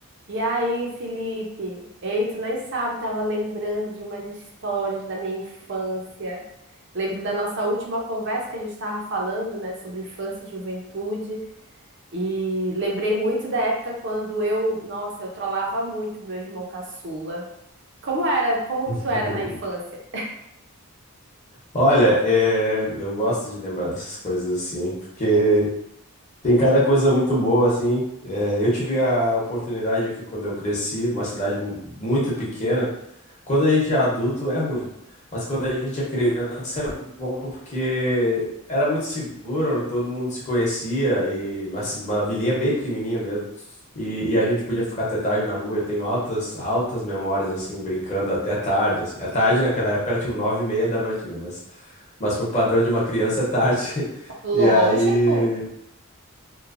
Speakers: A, on the right (about 50°); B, on the left (about 30°).
A: E aí, Felipe? Ei, tu nem sabe, tava lembrando de umas histórias da minha infância. Lembro da nossa última conversa que a gente tava falando, né, sobre infância e juventude. E lembrei muito da época quando eu, nossa, eu trollava muito meu irmão caçula. Como era? Como
B: <laughs>
A: que tu era na infância?
B: Olha, é, eu gosto de lembrar dessas coisas assim, porque tem cada coisa muito boa assim. É, eu tive a oportunidade aqui quando eu cresci, uma cidade mu- muito pequena quando a gente é adulto é ruim, mas quando a gente é criança é bom porque era muito seguro, todo mundo se conhecia e uma, ci- uma vilinha bem pequenininha mesmo. E, e a gente podia ficar até tarde na rua. Eu tenho altas, altas memórias assim, brincando até tarde. Assim. A tarde naquela época era tipo nove e meia da noite, né? Mas, mas pro padrão de uma criança é tarde. <laughs>
A: Lógico.
B: E aí,